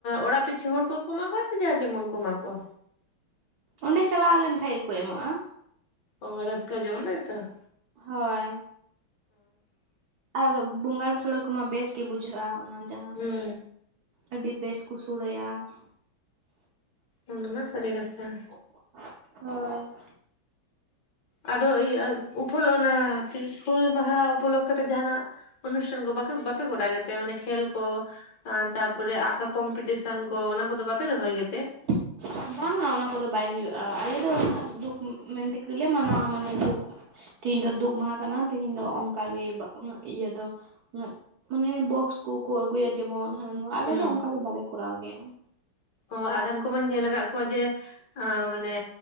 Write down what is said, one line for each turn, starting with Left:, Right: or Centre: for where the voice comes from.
Left: ᱚᱲᱟᱜ ᱯᱤᱪᱷᱩ ᱦᱚᱲ ᱠᱚ ᱮᱢᱟ ᱠᱚᱣᱟ ᱥᱮ ᱡᱟᱦᱟᱸᱭ ᱡᱮᱢᱚᱱ ᱠᱚ ᱮᱢᱟ ᱠᱚᱣᱟ?
Right: ᱚᱸᱰᱮ ᱪᱟᱞᱟᱣ ᱞᱮᱱᱠᱟᱱ ᱜᱮᱠᱚ ᱮᱢᱚᱜᱼᱟ ᱾
Left: ᱚᱻ ᱨᱟᱹᱥᱠᱟ ᱡᱚ ᱚᱱᱮ ᱛᱚ ᱾
Right: ᱦᱳᱭ ᱟᱨ ᱵᱚᱸᱜᱟᱱ ᱥᱳᱲᱮ ᱠᱚᱢᱟ ᱵᱮᱥ ᱜᱮ ᱵᱩᱡᱷᱟᱹᱜᱼᱟ ᱾ ᱚᱱᱟ ᱡᱟᱦᱟᱸ
Left: ᱦᱩᱸ
Right: ᱟᱹᱰᱤ ᱵᱮᱥ ᱠᱚ ᱥᱳᱲᱮᱭᱟ ᱾
Left: ᱚᱱᱟᱢᱟ ᱥᱟᱹᱨᱤ ᱠᱟᱛᱷᱟ ᱾
Right: ᱦᱳᱭ ᱾
Left: ᱟᱫᱚ ᱤᱭᱟᱹ ᱩᱯᱷᱩᱞ ᱚᱱᱟ ᱛᱤᱥ ᱦᱩᱞ ᱢᱟᱦᱟ ᱩᱯᱚᱞᱚᱠᱷᱚ ᱛᱮ ᱡᱟᱦᱟᱱᱟᱜ ᱚᱱᱩᱥᱴᱷᱟᱱ ᱠᱚ ᱵᱟᱯᱤ ᱵᱟᱯᱮ ᱠᱚᱰᱟ ᱜᱮᱛᱮ ᱢᱟᱱᱮ ᱠᱷᱮᱞ ᱠᱚ? ᱛᱟᱯᱚᱨᱮ ᱟᱸᱠᱟ ᱠᱚᱢᱯᱤᱴᱤᱥᱚᱱ ᱠᱚ ᱚᱱᱟ ᱠᱚᱫᱚ ᱵᱟᱯᱮ ᱫᱚᱦᱚᱭ ᱜᱮ ᱛᱮ?
Right: <inaudible> ᱵᱟᱝᱟ ᱚᱱᱟ ᱠᱚᱫᱚ ᱵᱟᱭ ᱦᱩᱭᱩᱜᱼᱟ ᱟᱞᱮ ᱫᱚ ᱚᱱᱟ ᱫᱩᱠ ᱢᱮᱱ ᱛᱮᱜᱮᱞᱮ ᱢᱟᱱᱟᱣᱟ ᱢᱟᱱᱮ ᱫᱩᱠ ᱛᱤᱦᱤᱧ ᱫᱚ ᱫᱩᱠ ᱢᱟᱦᱟ ᱠᱟᱱᱟ ᱛᱤᱦᱤᱧ ᱫᱚ ᱚᱱᱠᱟᱜᱮ ᱩᱱᱟᱜ ᱤᱭᱟᱹ ᱫᱚ ᱩᱜ ᱢᱟᱱᱮ ᱵᱚᱠᱥ ᱠᱚᱠᱚ ᱟᱹᱜᱩᱭᱟ ᱡᱮᱢᱚᱱ ᱱᱚᱣᱟ ᱟᱞᱮ
Left: ᱦᱩᱸ
Right: ᱫᱚ ᱚᱱᱠᱟ ᱫᱚ ᱵᱟᱞᱮ ᱠᱚᱨᱟᱣ ᱜᱮᱭᱟ ᱾
Left: ᱚ ᱟᱫᱷᱮᱱ ᱠᱚᱢᱟᱧ ᱧᱮᱞ ᱟᱠᱟᱫ ᱠᱚᱣᱟ ᱡᱮ ᱢᱟᱱᱮ